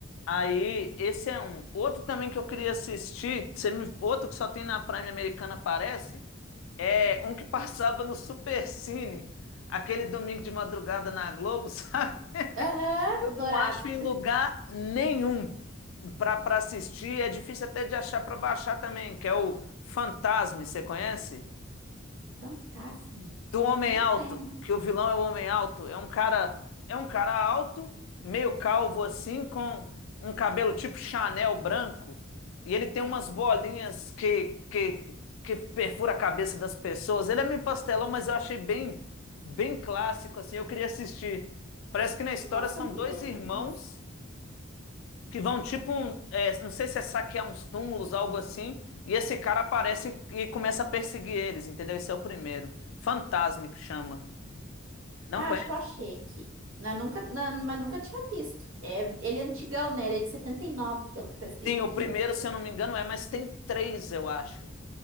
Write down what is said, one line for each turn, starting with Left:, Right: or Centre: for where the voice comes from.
Left: Aí, esse é um. Outro também que eu queria assistir, você me- outro que só tem na Prime americana, parece, é um que <laughs> passava no Supercine, aquele domingo de madrugada na Globo, <laughs> sabe?
Right: aham,
Left: Eu
Right: adorava.
Left: não acho em lugar nenhum para para assistir. É difícil até de achar para baixar também, que é o Fantasme, você conhece?
Right: Fantasme.
Left: Do Homem
Right: Não
Left: Alto,
Right: lembro.
Left: que o vilão é o Homem Alto. É um cara, é um cara alto, meio calvo assim, com um cabelo tipo Chanel branco, e ele tem umas bolinhas que que que perfura a cabeça das pessoas. Ele é meio pastelão, mas eu achei bem bem clássico assim. Eu queria assistir. Parece que na história
Right: Nossa,
Left: são
Right: não
Left: dois
Right: lembro
Left: irmãos
Right: desse.
Left: que vão tipo um, é, não sei se é saquear uns túmulos, algo assim, e esse cara aparece e começa a perseguir eles, entendeu? Esse é o primeiro. Fantasme que chama. Não
Right: Ah,
Left: conhece?
Right: acho que eu achei aqui. Eu nunca, não, mas nunca tinha visto. É, ele é antigão, né? Ele é de 79, pelo que tá escrito
Left: Sim, o
Right: aqui.
Left: primeiro, se eu não me engano, é, mas tem três, eu acho.